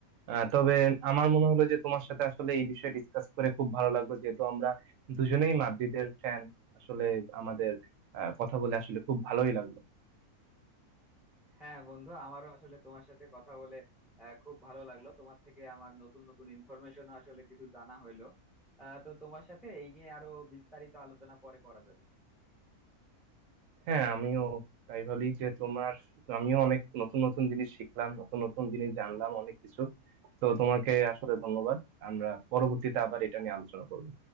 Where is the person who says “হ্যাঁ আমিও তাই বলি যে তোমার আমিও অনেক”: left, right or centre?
Right